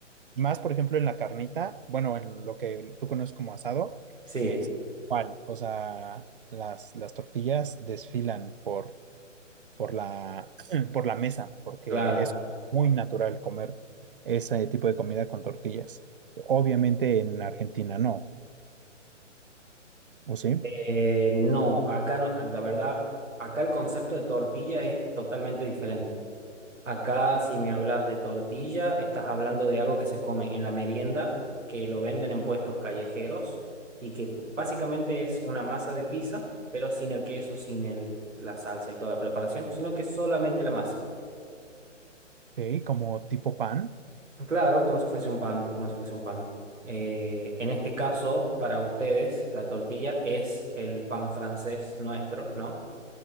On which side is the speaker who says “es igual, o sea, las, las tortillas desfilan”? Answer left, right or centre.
Right